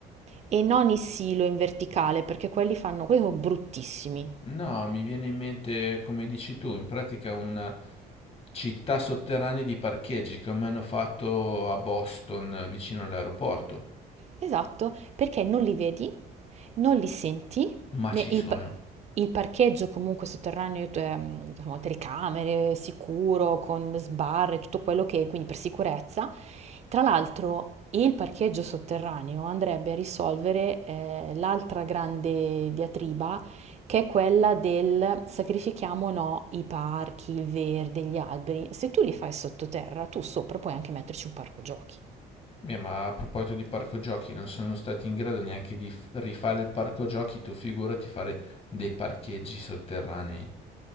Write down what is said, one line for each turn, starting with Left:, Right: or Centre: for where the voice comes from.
Right: E non i silo in verticale, perché quelli fanno, quelli sono bruttissimi.
Left: No, mi viene in mente, come dici tu, in pratica una città sotterranea di parcheggi come hanno fatto a Boston vicino all'aeroporto.
Right: Esatto, perché non li vedi, non li senti,
Left: Ma
Right: né
Left: ci sono.
Right: il, pa- il parcheggio comunque sotterraneo, ehm, insomma, telecamere, sicuro, con sbarre, tutto quello che, quindi per sicurezza, Tra l'altro il parcheggio sotterraneo andrebbe a risolvere eh, l'altra grande diatriba che è quella del sacrifichiamo o no i parchi, il verde, gli alberi. Se tu li fai sottoterra, tu sopra puoi anche metterci un parco giochi.
Left: Beh, ma a proposito di parco giochi, non sono stati in grado neanche di f- rifare il parco giochi, tu figurati fare dei parcheggi sotterranei.